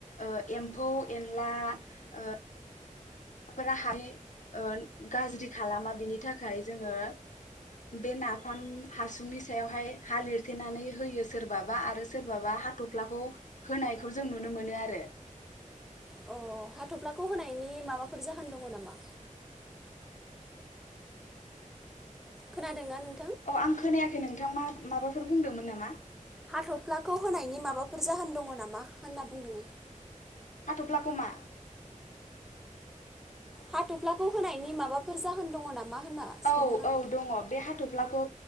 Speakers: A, on the left (about 65°); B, in the centre.
A: ओ एम्फौ एनला ओ फोराहाय ओ गाज्रि खालामा बिनि थाखाय जोङो बे नाफाम हासुंनि सायावहाय हा लिरथेनानै होयो सोरबाबा आरो सोरबाबा हाथ'फ्लाखौ होनायखौ जों नुनो मोनो आरो
B: अ हाथ'फ्लाखौ होनायनि माबाफोर जाहोन दङ नामा खोनादोंना नों
A: अ आं खोनायाखै नों थां मा माबाफोर बुंदोंमोन नामा
B: हाथ'फ्लाखौ होनायनि माबाफोर जाहोन दङ नामा होनना बुंदों
A: हाथ'फ्लाखौ मा
B: हाथ'फ्लाखौ होनायनि माबाफोर जाहोन दङ नामा होनना सोंदों
A: औ
B: आं
A: औ दङ बे हाथ' हफ्लाखौ